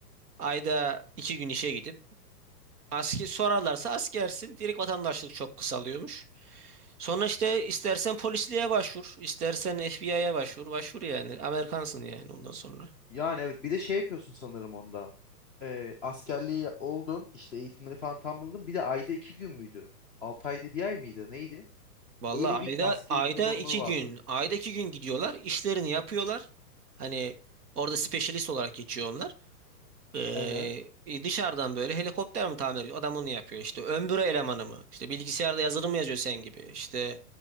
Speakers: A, on the right; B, in the centre.
A: Ayda iki gün işe gidip asker sorarlarsa askersin. Direkt vatandaşlık çok kısalıyormuş. Sonra işte istersen polisliğe başvur, istersen FBI'ye başvur, başvur yani. Amerikansın yani ondan sonra.
B: Yani evet bir de şey yapıyorsun sanırım onda. Ee, askerliği oldun işte eğitimleri falan tamamladın. Bir de ayda iki gün müydü? Altı ayda bir ay mıydı? Neydi?
A: Vallahi
B: Öyle bir
A: ayda
B: askere
A: ayda
B: gitme zorunluluğu
A: iki
B: vardı.
A: gün, ayda iki gün gidiyorlar, işlerini yapıyorlar. Hani orada specialist olarak geçiyor onlar. Ee,
B: Aynen.
A: dışarıdan böyle helikopter mi tamir ediyor? Adam onu yapıyor. İşte ön büro elemanı mı? İşte bilgisayarda yazılım mı yazıyor sen gibi? İşte